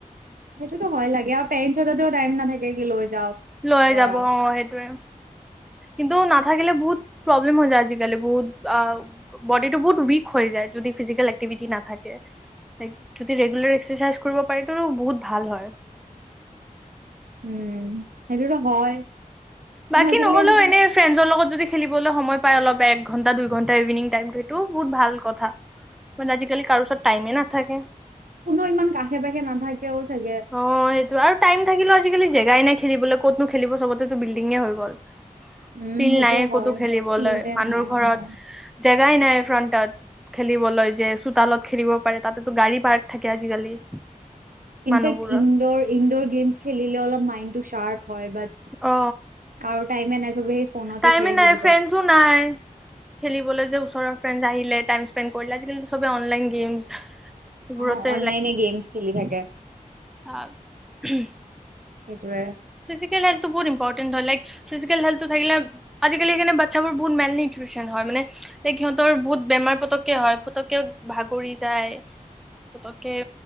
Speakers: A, on the right; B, in the centre.
A: সেইটোতো হয় লাগে আৰু পেৰেন্ছতাতেও টাইম নাথাকে কি লৈ যাওক
B: লৈ
A: কৰা
B: যাব অ সেইটোৱে কিন্তু নাথাকিলে বহুত প্ৰব্লেম হৈ যায় আজিকালি বহুত আহ বডিটো বহুত উইক হৈ যায় যদি ফিজিকেল এক্টিভিটি নাথাকে লাইক যদি ৰেগুলাৰ এক্সাৰচাইজ কৰিব পাৰি তো বহুত ভাল হয়
A: উম সেইটোতো হয় কিন্তু
B: বাকী
A: আজিকালি
B: নহলেও
A: এনেকুৱা
B: এনে ফ্ৰেণ্ডজৰ লগত যদি খেলিবলৈ সময় পায় অলপ এক ঘন্টা দুই ঘন্টা ইভিনিং টাইম সেইটো বহুত ভাল কথা মানে আজিকালি কাৰো ওচৰত টাইমে নাথাকে
A: কোনো ইমান কাষে পাষে নাথাকেও চাগে
B: অ সেইটো আৰু টাইম থাকিলে আজিকালি জেগাই নাই খেলিবলৈ ক'তনো খেলিব চবতে বিল্ডিঙে হৈ গ'ল
A: উম
B: ফিল্ড
A: সেইটো
B: নায়ে
A: হয়
B: ক'তো খেলিবলৈ
A: ফিল্ডে
B: মানুহৰ
A: নাই
B: ঘৰত
A: অ
B: জেগাই নাই ফ্ৰণ্টত খেলিবলৈ যে চোতালত খেলিব পাৰে তাতেতো গাড়ী পাৰ্ক থাকে আজিকালি
A: ইনফেক্ট
B: মানুহবোৰৰ
A: ইনডৰ ইনডৰ গেমছ খেলিলে অলপ মাইণ্ডটো চাৰ্প হয় বা
B: অ
A: আৰু টাইমে নাই চবে ফোনতে
B: টাইমে
A: খেলি থাকিব
B: নাই ফ্ৰেণ্ডছো নাই খেলিবলৈ যে ওচৰৰ ফ্ৰেণ্ড আহিলে টাইম স্পেণ্ড কৰিলে আজিকালি চবে অনলাইন গেমছ এইবোৰতে
A: অ অনলাইনে গেমচ খেলি থাকে
B: অ সে
A: সেইটোয়ে
B: ফিজিকেল হেলটো বহুত ইম্পৰ্টেণ্ট হয় লক ফিজিকেলটো থাকিলে আজিকালি সেইকাৰণে বাচ্ছাবোৰ বহুত মেইনলি নিউট্ৰিচন হয় মানে সিহঁতৰ বহুত বেমাৰ পতককে হয় পতককে ভাগৰি যায়। পুতকৈ